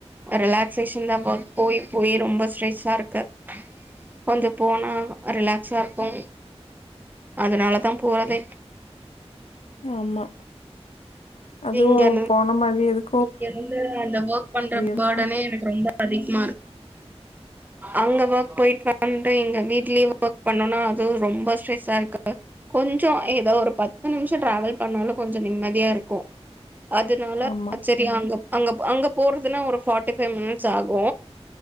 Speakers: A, on the right (about 15°); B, on the left (about 75°).
A: ரிலக்சேஷன் தா போ போய் ரொம்ப ஸ்ட்ரெஸா இருக்கு கொஞ்சோ போனா ரிலாக்ஸா இருக்கு அதனாலதா போறதே
B: ஆமா அதுவு
A: இங்க
B: போன மாரி இருக்
A: இங்க இருந்து அந்த ஒர்க் பண்ற
B: இருக்கு
A: பா்டனே எனக்கு ரொம்ப அதிகோ அங்க ஒர்க் போய்ட்டு வந்து இங்க வீட்லயு ஒர்க் பண்ணுனா அதுவு ரொம்ப ஸ்ட்ரெஸ்சா இருக்கு கொஞ்சோ ஏதோ ஒரு பத்து நிமுஷோ ட்ரவல் பண்ணாலு கொஞ்ச நிம்மதியா இருக்கு அதுனா
B: ஆமா
A: அங்க அங்க அங்க போறதுனா ஒரு பார்ட்டி ஃபைவ் மினிட்ஸ் ஆகு